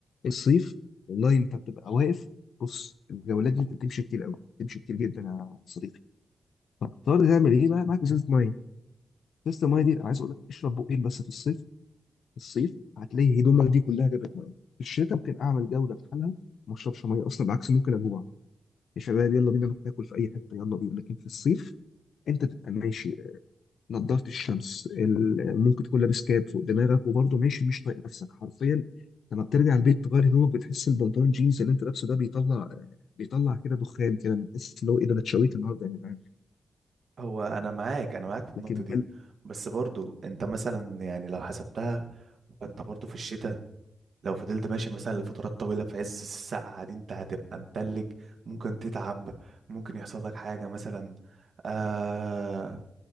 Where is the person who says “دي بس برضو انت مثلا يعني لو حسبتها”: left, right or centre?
Right